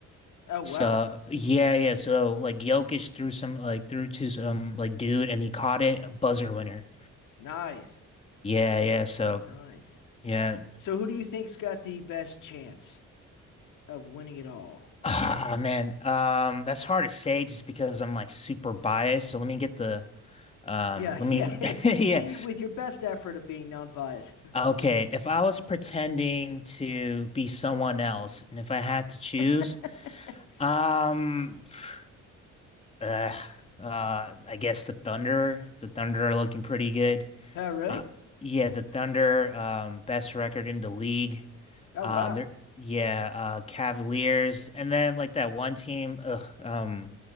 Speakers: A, on the left (about 80°); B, on the left (about 20°).
A: Oh, wow.
B: So yeah, yeah. So like Jokic threw some like threw to some like dude and he caught it, a buzzer winner.
A: Nice.
B: Yeah, yeah. So
A: Nice.
B: yeah.
A: So, who do you think's got the best chance of winning it all?
B: <sighs> Ah, man. Um, that's hard to say just because I'm like super biased. So let me get the Um,
A: Yeah,
B: let me,
A: yeah. <laughs>
B: <laughs> yeah.
A: And you with your best effort of being non-biased.
B: Okay. If I was pretending to be someone else and if I had to choose,
A: <laughs>
B: um, <sighs> ugh, uh, I guess the Thunder, the Thunder are looking pretty good.
A: Oh, really?
B: Uh, yeah, the Thunder, um, best record in the league.
A: Oh,
B: Um,
A: wow.
B: there, yeah, uh, Cavaliers, and then like that one team, ugh, um,